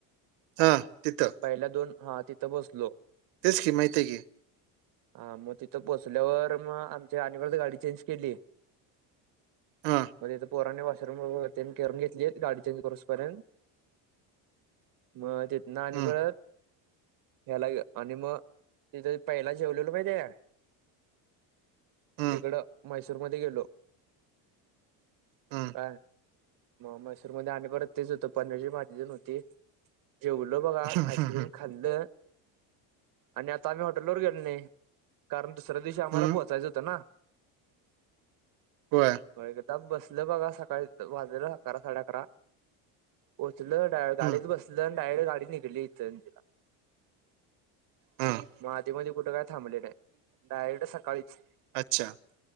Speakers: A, on the right (about 80°); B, on the right (about 50°).
A: हा तिथं.
B: पहिला दोन हा तिथं बसलो.
A: तेच की माहिती आहं कि.
B: हा मग तिथं पोचल्यावर मग आमची आणि परत गाडी चेंज केली.
A: हा
B: म तिथं पोराणी वॉशरूम व तेण करून घेतलीत गाडी चेंज करूसतो पर्यंत पर्यंत मग तिथंन आणि
A: हम्म
B: परत ह्याला आणि मग तिथ पहिला जेवलेलो माहिती आहं काय?
A: हम्म
B: तिकडं मैसूरमध्ये गेलो.
A: हम्म
B: काय मग मैसूर मध्ये आणि परत तेच होतं पनीरची भाजीतेण होती. जेवलो बघा
A: हम्म
B: आईस्क्रीम
A: हम्म
B: खाल्लं आणि आता आम्ही हॉटेलवर गेलो नाही, कारण दुसऱ्या दिवशी आम्हाला
A: हम्म
B: पोहोचायचं होतं ना.
A: होय.
B: म एखदा बसलं बघा सकाळी वाजलेलं अकरा साडेअकरा. पोचलं डायर गाडीच
A: हं,
B: बसलं आणि डायरेक्ट गाडी निघली इथं.
A: हं.
B: म आधी मधी काय कुठं काय थांबली नाही. डायरेक्ट सकाळीच
A: अच्छा.